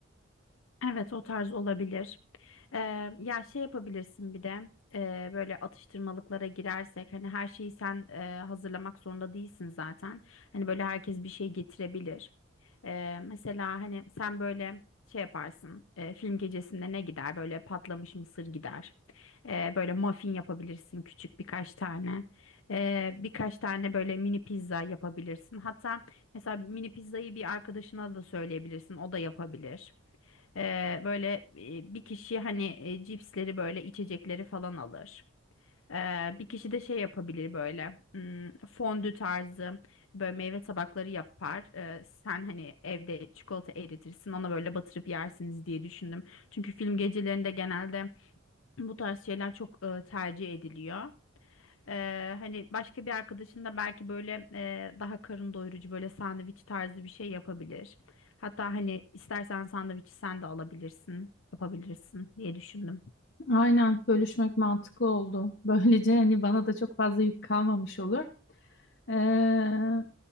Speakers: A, on the left; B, on the left.
A: Evet, o tarz olabilir. Ee, ya şey yapabilirsin bir de e, böyle atıştırmalıklara girersek hani her şeyi sen e, hazırlamak zorunda değilsin zaten. Hani böyle herkes bir şey getirebilir. Ee, mesela hani sen böyle şey yaparsın e, film gecesinde ne gider böyle patlamış mısır gider. Ee, böyle muffin yapabilirsin küçük birkaç tane. Ee, birkaç tane böyle mini pizza yapabilirsin. Hatta mesela mini pizzayı bir arkadaşına da söyleyebilirsin o da yapabilir. Ee, böyle e, bir kişi hani e, cipsleri böyle içecekleri falan alır. Ee, bir kişi de şey yapabilir böyle hmm, fondü tarzı böyle meyve tabakları yapar. Ee, sen hani evde çikolata eritirsin ona böyle batırıp yersiniz diye düşündüm. Çünkü film gecelerinde genelde bu tarz şeyler çok e, tercih ediliyor. Ee, hani başka bir arkadaşın da belki böyle e, daha karın doyurucu böyle sandviç tarzı bir şey yapabilir. Hatta hani istersen sandviçi sen de alabilirsin, yapabilirsin diye düşündüm.
B: Aynen bölüşmek mantıklı oldu. Böylece hani bana da çok fazla yük kalmamış olur. Ee,